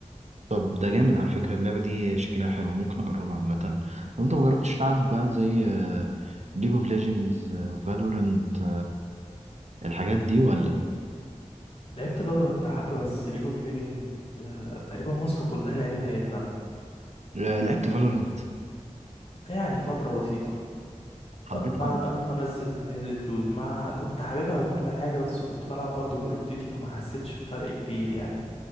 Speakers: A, on the right; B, on the left.
A: طب ده جامد على فكرة اللعبة دي شكلها حلو ممكن اجربها عامة طب انت مجربتش لعب بقى زي ليج اوف ليجندز فالورنت الحاجات دي ولا
B: لعبت فالورانت حبة بس ليج اوف ليجند تقريبا مصر كلها لعبتها الا انا
A: آه، لعبت فالورنت
B: يعني فترة بسيطة
A: حبيتها
B: قبل بعد
A: ولا؟
B: قبل ما انزل هيلت لوز ما كنت حاببها وكل حاجة بس كنت بلعب برضو كول اوف ديوتي فما حسيتش بفرق كبير يعني